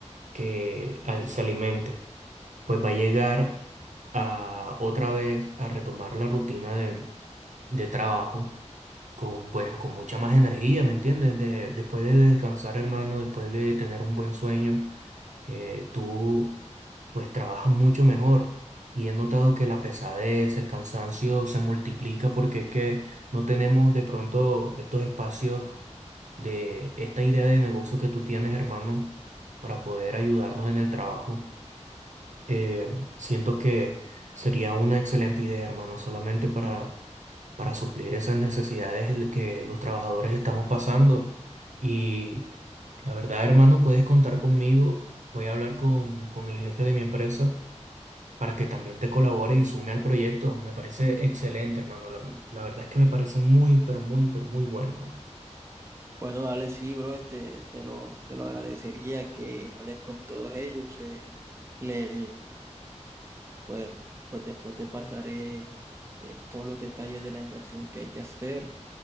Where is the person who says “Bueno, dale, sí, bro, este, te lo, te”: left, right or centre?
Right